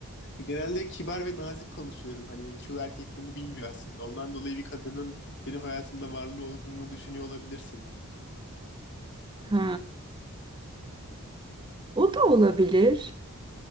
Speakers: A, on the left; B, on the right.
A: Genelde kibar ve nazik konuşuyorum. Hani çoğu erkek bunu bilmiyor aslında. Ondan dolayı bir kadının benim hayatımda varlığı olduğunu düşünüyor olabilirsin.
B: Ha, o da olabilir.